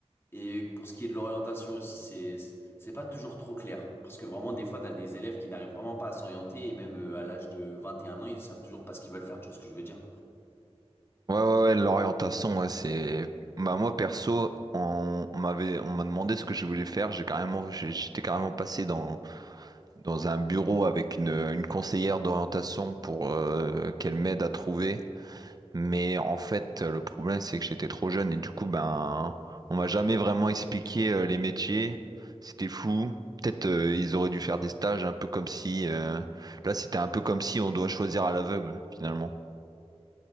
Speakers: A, on the left (about 20°); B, on the right (about 35°).
A: Et pour ce qui est de l'orientation aussi, c'est c'est pas toujours trop clair. Parce que vraiment, des fois, t'as des élèves qui n'arrivent vraiment pas à s'orienter, et même euh, à l'âge de 21 ans, ils savent toujours pas ce qu'ils veulent faire, tu vois ce que je veux dire.
B: Ouais, ouais, ouais, l'orientation, ouais, c'est. Bah, moi, perso, on on m'avait, on m'a demandé ce que je voulais faire. J'ai carrément, j'ai- j'étais carrément passé dans, dans un bureau avec une, une conseillère d'orientation pour euh, qu'elle m'aide à trouver. Mais en fait, le problème, c'est que j'étais trop jeune et du coup, ben, on m'a jamais vraiment expliqué euh, les métiers. C'était flou. Peut-être euh, ils auraient dû faire des stages un peu comme si... euh, Là, c'était un peu comme si on doit choisir à l'aveugle, finalement.